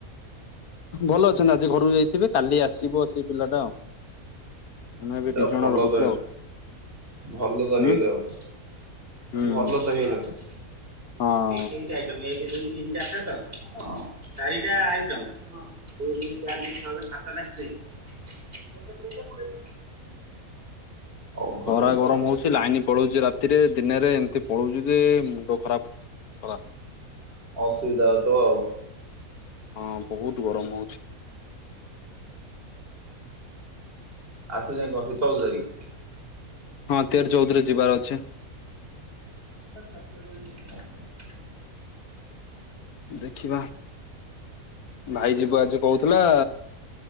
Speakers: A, on the left; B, on the right.
A: ଭଲ ଅଛନ୍ତି। ଆଜି ଘରକୁ ଯାଇଥିବେ। କାଲି ଆସିବ ସେ ପିଲାଟା ଆଉ। ଆମେ ଏବେ
B: ତା
A: ଦି ଜଣ
B: ଭଲ
A: ରହୁଛୁ
B: ତ
A: ଆଉ
B: ଭଲ ତ
A: ହୁଁ
B: ହେଇଗଲେ ଆଉ।
A: ହୁଁ
B: ଭଲ ତ ହେଇଗଲେ।
A: ହଁ।
B: ଏଇ ତିନି ଟା ଆଇଟମ। ଏକ ଦୁଇ ତିନି ଚାରିଟା ତ ଚାରିଟା ଆଇଟମ। ଦୁଇ ଦୁଇ ଚାରି ଛଅ କେ ସାତଟା ଷ୍ଟ୍ରିଂ। ଓହୋ
A: ଖରା
B: ଏଇ
A: ଗରମ
B: ତ
A: ହଉଛି ଲାଇନ ପଳଉଛି ରାତିରେ ଦିନରେ ଏମିତି ପଳଉଛୁ ଯେ ମୁଣ୍ଡ ଖରାପ। ଖରା
B: ଅସୁବିଧା ହଉ ଥିବ ଆଉ।
A: ହଁ ବହୁତ ଗରମ ହଉଛି।
B: ଆସୁଛେ। <unintelligible>
A: ହଁ ତେର ଚଉଦ ରେ ଯିବାର ଅଛି।
B: ଓହୋ।
A: ଦେଖିବା ଭାଇ ଯିବ ଆଜି କହୁଥିଲା